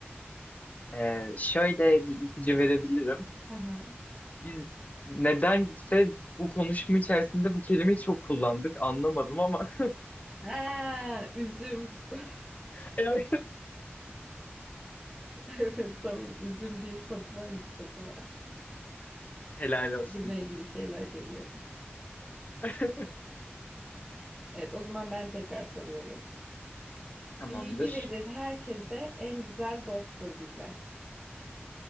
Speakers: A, on the left; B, in the centre.
A: E, şöyle bir ipucu verebilirim.
B: Hı hı.
A: Biz nedense bu konuşma içerisinde bu kelimeyi çok kullandık. Anlamadım ama
B: Ha, üzüm. <laughs>
A: <laughs> evet.
B: Evet tamam. Üzüm bir sapı var, yüz topu var.
A: Helal olsun.
B: Üzümle ilgili şeyler geliyor.
A: <laughs>
B: Evet o zaman ben tekrar soruyorum.
A: Tamamdır.
B: Bilgi verir herkese, en güzel dosttur bize.